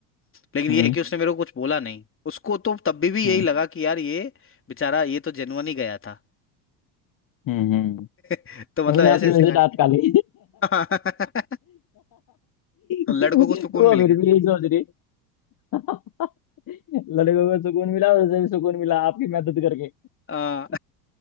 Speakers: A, on the left; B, on the left.
A: लेकिन ये
B: हम्म
A: है कि उसने मेरे को कुछ बोला नहीं उसको तो तब भी भी यही
B: हम्म,
A: लगा कि यार ये बेचारा ये तो जेनुअन ही गया था
B: हम्म, हम्म।
A: <laughs> तो मतलब
B: उसने
A: ऐसे
B: आपकी
A: ऐसे
B: वजह
A: कांड
B: से दांत
A: के
B: काली
A: <laughs> तो
B: वो
A: लड़कों को सुकून मिल गया
B: फिर भी यही सोच रही लड़कों को सुकून मिला उसे भी सुकून मिला आपकी मदद करके
A: आ,